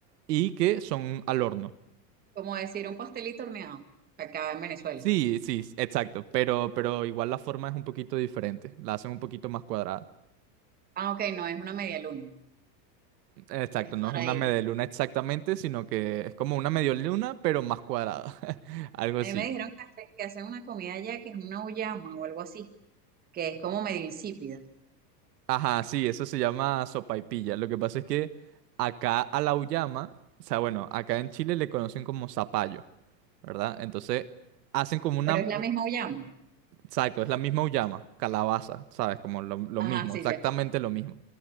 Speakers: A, on the right; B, on the right.
A: y que son al horno.
B: Como decir un pastelito horneado acá en Venezuela.
A: Sí, sí, exacto, pero, pero igual la forma es un poquito diferente, la hacen un poquito más cuadrada.
B: Ah, ok, no es una media luna,
A: Exacto,
B: es cuadradita.
A: no es una media luna exactamente, sino que es como una medio luna, pero más cuadrada. <laughs> Algo así.
B: A mí me dijeron que, hace- que hacen una comida allá que es una uyama o algo así que es como medio insípida,
A: Ajá, sí, eso se llama sopaipilla. Lo que pasa es que acá a la uyama, o sea, bueno, acá en Chile le conocen como zapallo, ¿verdad? Entonces hacen como una.
B: pero es la
A: u-
B: misma uyama.
A: Exacto, es la misma uyama, calabaza, ¿sabes? Como lo, lo
B: Ajá,
A: mismo,
B: sí,
A: exactamente
B: ya.
A: lo mismo.